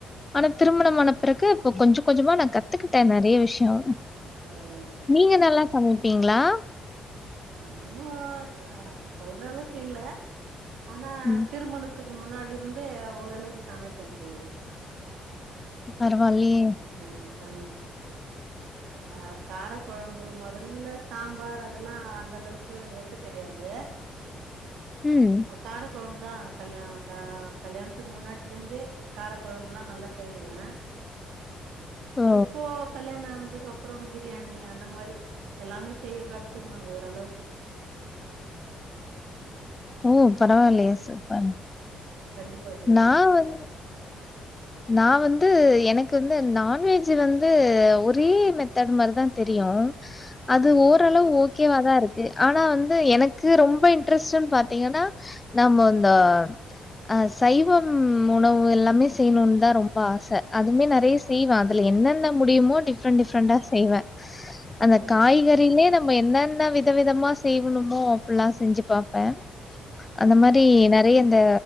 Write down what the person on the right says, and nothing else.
சரிங்க தோழி
நானு தா சொல்ற அளவுக்கு இல்ல ஆனா
திருமணத்துக்கு முன்னாடிருந்தே ஓரளவுக்கு சமைப்பேங் தோழி
அ கண் அ காரக்கொழம்பு மொதல்ல சாம்பார் அதெல்லா அந்த அளவுக்கு வெக்க தெரியாது
கார கொழம்பு தா கல்யா ஆ கல்யாணத்துக்கு முன்னாடிலருந்தே காரக்கொழம்லா நல்லா செய்வே
இப்போ கல்யானோ ஆனதுக்கப்ரோ பிரியாணி அந்த மாரி எல்லாமே செய்ய கத்துக்குனு ஓரளவுக்கு
கண்டிப்பா தோழி
சொல்லுங்க
ஓகே
தோழி
ம்